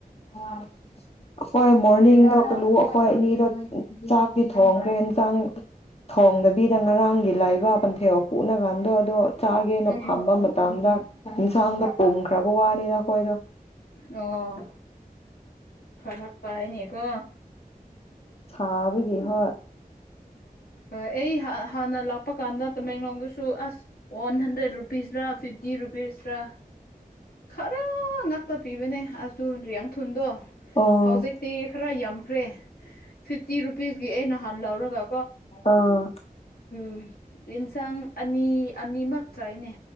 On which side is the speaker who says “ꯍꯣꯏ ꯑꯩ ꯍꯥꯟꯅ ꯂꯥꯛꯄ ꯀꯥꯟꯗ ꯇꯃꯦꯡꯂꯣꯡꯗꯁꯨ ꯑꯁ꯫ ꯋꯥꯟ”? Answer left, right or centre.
Left